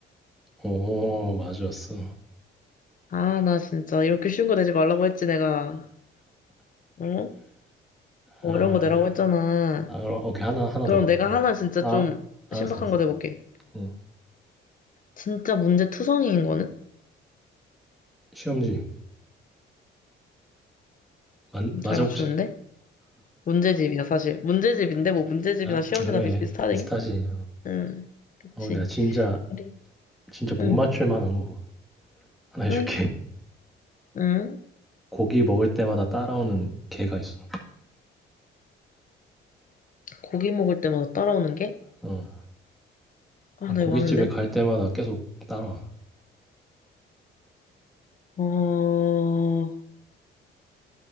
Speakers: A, in the centre; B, on the left.
A: 오, 맞았어.
B: 아, 나 진짜 이렇게 쉬운 거 내지 말라고 했지, 내가. 어? 어려운
A: 아,
B: 거 내라고 했잖아.
A: 아, 그럼 오케이. 하나 하나
B: 그럼
A: 더 가볼게.
B: 내가 하나 진짜
A: 아,
B: 좀
A: 알았어,
B: 신박한
A: 알았어.
B: 거 내볼게.
A: 어.
B: 진짜 문제 투성이인 거는?
A: 시험지. 맞, 맞아
B: 잘 맞추는데?
A: 혹시?
B: 문제집이야, 사실. 문제집인데, 뭐 문제집이나
A: 아,
B: 시험지나
A: 그래.
B: 비슷비슷하지?
A: 비슷하지.
B: 응, 그치.
A: 어, 내가 진짜
B: 그래.
A: 진짜 못
B: 응,
A: 맞출 만한 거 하나 해줄게.
B: 응,
A: <laughs>
B: 응.
A: 고기 먹을 때마다 따라오는 개가 있어.
B: 고기 먹을 때마다 따라오는 게?
A: 어.
B: 아,
A: 아,
B: 나
A: 고깃집에
B: 이거 아는데.
A: 갈 때마다 계속 따라와.
B: 어,